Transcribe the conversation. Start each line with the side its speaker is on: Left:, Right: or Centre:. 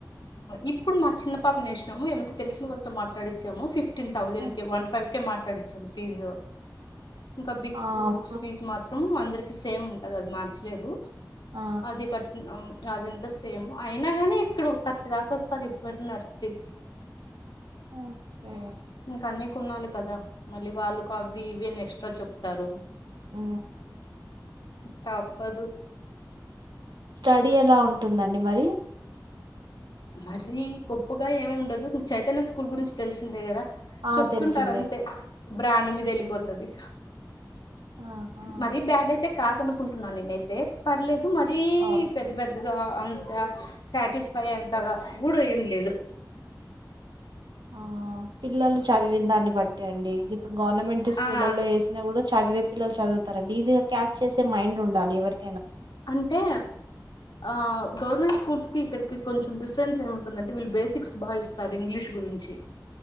Left: ఇప్పుడు మా చిన్న పాప నేసినాము ఏమంటే తెలిసిన వాళ్ళతో మాట్లాడిచ్చాము ఫిఫ్ ఫిఫ్టీన్ థౌసండ్
Right: ఆ
Left: కే వన్ ఫైవ్ కి మాట్లాడిచ్చాం ఫీజు ఇంకా బిక్స్
Right: ఆ, అప్పుడు
Left: బుక్స్ ఫీజ్ మాత్రం అందరికి సేమ్ ఉంటది అది మార్చలేరు
Right: ఆ
Left: అది కట్ అది ఇంత సేమ్ అయినా కానీ ఇక్కడ ఒక థర్టీ దాకా వస్తది ఇప్పుడు నర్సరీకి
Right: ఉహు
Left: ఇంకా అన్నీ కొనాలి కదా మళ్ళీ వాళ్ళు అవి ఇవి అని ఎక్స్ట్రా చెప్తారు
Right: ఆ
Left: తప్పదు
Right: స్టడీ ఎలా ఉంటుందండి మరి
Left: మరీ గొప్పగా ఏమి ఉండదు చైతన్య స్కూల్ గురించి తెలిసిందే కదా
Right: ఆ
Left: చెప్తుంటారు
Right: తెలిసిందే
Left: అంతే బ్రాండ్ మీద వెళ్ళిపోతది
Right: అవును ఆహా
Left: మరీ బ్యాడ్ అయితే కాదనుకుంటున్నా నేనైతే పర్లేదు మరీ
Right: అవును
Left: పెద్ద పెద్దగా అంత సాటిస్ఫై అంత గా గూడు ఏం లేదు
Right: ఆ పిల్లలు చదివిన దాన్ని బట్టి అండి ఇప్పుడు గవర్నమెంట్ స్కూళ్ల్లో
Left: ఆ
Right: వేసినా కూడా చదివే పిల్లలు చదువుతారు ఈజీగా క్యాచ్ చేసే మైండ్ ఉండాలి ఎవరికి
Left: అంటే ఆ గవర్నమెంట్ స్కూల్స్ కి ఇక్కడికి కొంచెం డి ఫరెన్స్ ఏముంటుందంటే వీళ్ళు బేసిక్స్ బాగా ఇస్తారు ఇంగ్లీష్ గురించి